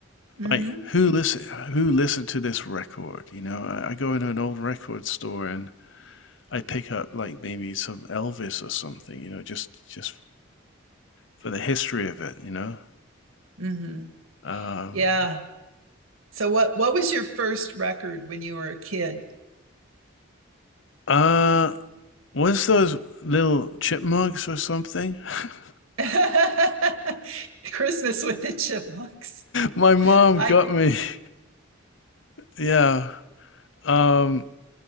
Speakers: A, on the right; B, on the left.
A: hmm
B: Like who listen who listened to this record? You know, I, I go into an old record store and I pick up like maybe some Elvis or something, you know, just just for the history of it, you know.
A: hmm
B: Um,
A: Yeah. So what what was your first record when you were a kid?
B: uh, what's those little chipmunks or something? <laughs>
A: <laughs> Christmas with the chipmunks.
B: My mom
A: I
B: got me. <laughs> Yeah. Um,